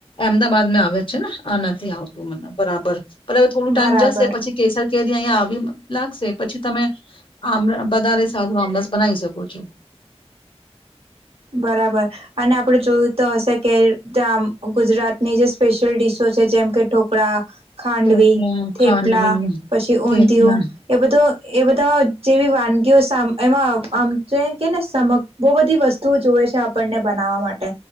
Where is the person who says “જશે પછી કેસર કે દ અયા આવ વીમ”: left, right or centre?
Left